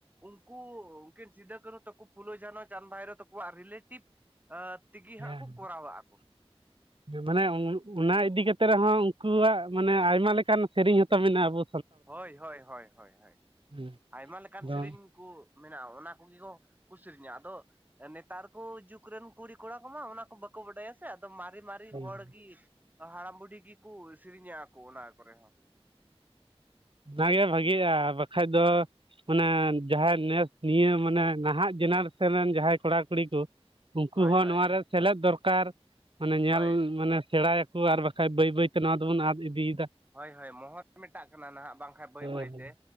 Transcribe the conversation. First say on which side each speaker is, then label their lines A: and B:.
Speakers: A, on the right (about 15°); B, on the right (about 55°).
A: ᱩᱱᱠᱩ ᱩᱱᱠᱤᱱ ᱥᱤᱫᱟᱹ ᱠᱟᱹᱱᱦᱩ ᱛᱟᱠᱩ ᱯᱷᱩᱞᱳ ᱡᱷᱟᱱᱚ ᱪᱟᱸᱫ ᱵᱷᱟᱭᱨᱳ ᱛᱟᱠᱚᱣᱟᱜ ᱨᱤᱞᱮᱴᱤᱵᱷ ᱦᱟᱸ ᱛᱮᱜᱮ
B: ᱦᱮᱸ
A: ᱦᱟᱸᱜ ᱠᱚ ᱠᱚᱨᱟᱣ ᱟᱠᱚ᱾
B: <inaudible> ᱢᱟᱱᱮ ᱚᱱᱟ ᱤᱫᱤ ᱠᱟᱛᱮ ᱨᱮᱦᱚᱸ ᱩᱱᱠᱩᱣᱟᱜ ᱢᱟᱱᱮ ᱟᱭᱢᱟ ᱞᱮᱠᱟᱱ ᱥᱮᱨᱮᱧ ᱦᱚᱸᱛᱚ ᱢᱮᱱᱟᱜᱼᱟ ᱟᱵᱩ
A: ᱦᱳᱭ ᱦᱳᱭ ᱦᱳᱭ ᱦᱳᱭ ᱦᱳᱭ
B: ᱦᱮᱸ
A: ᱟᱭᱢᱟᱹ ᱞᱮᱸᱠᱟᱱ
B: ᱵᱟᱝ
A: ᱥᱮᱨᱤᱧ ᱠᱩ ᱢᱮᱱᱟᱜ-ᱟ, ᱚᱱᱟ ᱠᱚᱜᱮ ᱠᱚ ᱠᱩ ᱥᱤᱨᱤᱧᱟ᱾ ᱟᱫᱚ ᱱᱮᱛᱟᱨ ᱠᱩ ᱡᱩᱜᱽ ᱨᱮᱱ ᱠᱩᱲᱤ ᱠᱚᱲᱟ ᱠᱚᱢᱟ ᱚᱱᱟ ᱠᱚ ᱵᱟᱠᱚ ᱵᱟᱰᱟᱭᱟ ᱥᱮ᱾ ᱟᱫᱚ ᱢᱟᱨᱮ ᱢᱟᱨᱮ ᱟᱹᱰᱤ
B: ᱦᱮᱸ
A: ᱦᱚᱲ ᱜᱤ ᱦᱟᱲᱟᱢ ᱵᱩᱰᱷᱤ ᱜᱤ ᱠᱚ ᱥᱮᱨᱮᱧᱟ ᱟᱠᱩ ᱚᱱᱟ ᱠᱚᱨᱮ ᱦᱚᱸ᱾
B: ᱚᱱᱟ ᱜᱮ ᱵᱷᱟᱜᱤᱜᱼᱟ, ᱵᱟᱠᱷᱟᱡ ᱫᱚ ᱢᱟᱹᱱᱮ ᱡᱟᱦᱟᱸᱭ ᱱᱮᱥ ᱱᱤᱭᱟᱹ ᱢᱟᱱᱮ ᱱᱟᱦᱟᱜ ᱡᱮᱱᱟᱨᱮᱥᱚᱱ ᱨᱮᱱ ᱡᱟᱦᱟᱸᱭ ᱠᱚᱹᱲᱟ ᱠᱩᱲᱤ ᱠᱚ ᱩᱱᱠᱩ
A: ᱦᱳᱭ
B: ᱦᱚᱸ
A: ᱦᱳᱭ
B: ᱱᱚᱣᱟ ᱨᱮ ᱥᱮᱞᱮᱫ ᱫᱚᱨᱠᱟᱨ ᱢᱟᱱᱮ ᱧᱮᱞ
A: ᱦᱳᱭ
B: ᱢᱟᱱᱮ ᱥᱮᱬᱟᱭ ᱟᱠ ᱦᱳ ᱟᱨ ᱵᱟᱠᱷᱟᱡ ᱵᱟᱹᱭ ᱵᱟᱹᱭᱛᱮ ᱱᱚᱣᱟ ᱫᱚᱵᱚᱱ ᱟᱫᱽ ᱤᱫᱤᱭᱮᱫᱟ᱾
A: ᱦᱳᱭ ᱦᱳᱭ ᱢᱚᱦᱚᱨ ᱢᱮᱴᱟᱜ ᱠᱟᱱᱟ ᱱᱟᱦᱟᱜ ᱵᱟᱝᱠᱷᱟᱱ ᱵᱟᱹᱭ
B: ᱦᱮᱸ
A: ᱵᱟᱹᱭ ᱛᱮ